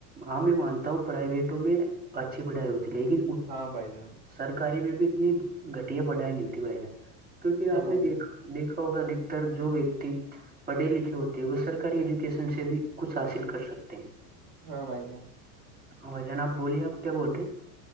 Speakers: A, on the right; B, on the right.
A: ہاں میں مانتا ہوں پرائیویٹوں میں اچھی پڑھائی ہوتی رےگی
B: ہاں بھائی جان
A: سرکاری میں بھی اتنی گھٹیا پڑھائی نہیں ہوتی بھائی جان کیونکہ
B: ہاں
A: آپ
B: بھائی
A: نے
B: جان
A: دیکھا دیکھا ہوگا دکتر جو ویکتی پڑے لکھے ہوتے ہیں وہ سرکاری ایجوکیشن سے بھی کچھ حاصل کر سکتے ہیں
B: ہاں بھائی جان
A: بھائی جان اپ بولیے آپ کیا بول رہے ہیں